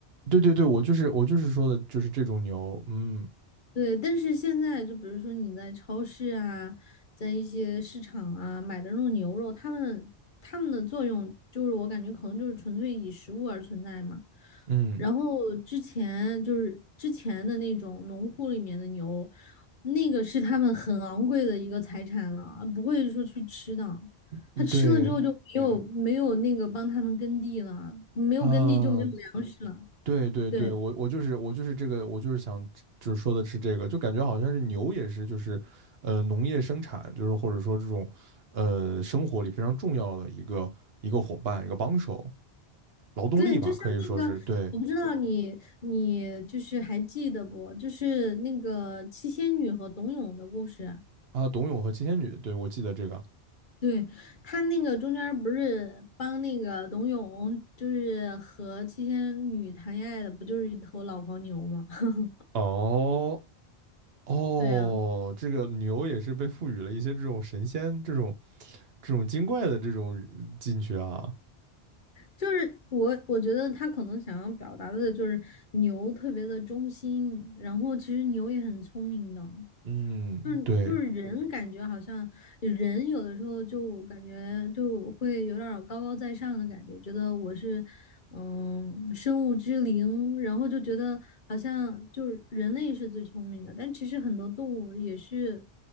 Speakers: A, on the right; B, on the left.
A: 对对对，我就是我就是说的，就是这种牛。嗯
B: 对，但是现在就比如说你在超市啊，在一些市场啊买的那种牛肉，它们它们的作用就是我感觉可能就是纯粹以食物而存在嘛。
A: 嗯，
B: 然后之前就是之前的那种农户里面的牛，那个是他们很昂贵的一个财产了，不会说去吃的。
A: 嗯对
B: 他吃了之后就没有没有那个帮他们耕地了，没有耕地就没有粮食了。
A: 啊，对对对，
B: 对。
A: 我我就是我就是这个，我就是想就是说的是这个，就感觉好像是牛也是就是，呃，农业生产就是或者说这种，呃，生活里非常重要的一个一个伙伴一个帮手，劳动力吧，
B: 对，就像那个，
A: 可以说是对
B: 我不知道你你就是还记得不？就是那个七仙女和董永的故事。
A: 啊，董永和七仙女，对我记得这个
B: 对，他那个中间儿不是帮那个董永，就是和七仙女谈恋爱的，不就是一头老黄牛吗？<laughs>
A: 哦哦，
B: 对啊，
A: 这个牛也是被赋予了一些这种神仙这种这种精怪的这种呃进去啊，
B: 就是我，我觉得他可能想要表达的就是牛特别的忠心，然后其实牛也很聪明的。
A: 嗯，
B: 就是就是人感觉好像人有的时候就感觉就会有点儿高高在上的感觉，
A: 对，
B: 觉得我是嗯生物之灵，然后就觉得好像就是人类是最聪明的，但其实很多动物也是